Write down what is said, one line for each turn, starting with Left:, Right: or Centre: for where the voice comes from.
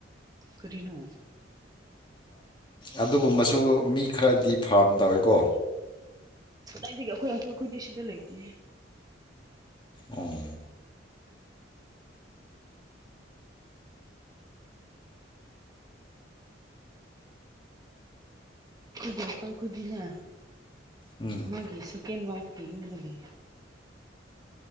Right: ꯀꯔꯤꯅꯣ
Left: ꯑꯗꯨꯒꯨꯝꯕꯁꯨ ꯃꯤ ꯈꯔꯗꯤ ꯐꯥꯔꯝ ꯇꯧꯋꯦꯀꯣ
Right: ꯑꯗꯒꯤ ꯑꯩꯈꯣꯏ ꯑꯪꯀꯜꯈꯗꯤ ꯁꯤꯗ ꯂꯩꯇꯦ
Left: ꯑꯣ
Right: ꯗꯀꯜ ꯈꯗꯤꯅ
Left: ꯎꯝ
Right: ꯃꯥ ꯁꯦꯀꯦꯟ ꯋꯥꯏꯐꯀꯤ ꯌꯨꯝꯗꯗꯤ